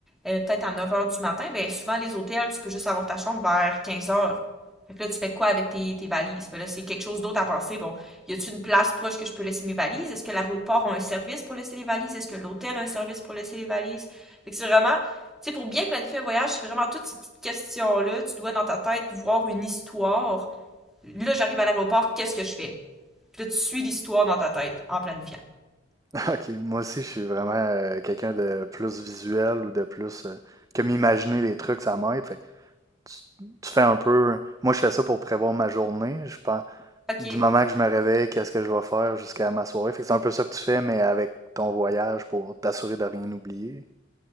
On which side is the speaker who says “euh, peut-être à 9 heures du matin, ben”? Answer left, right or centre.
Centre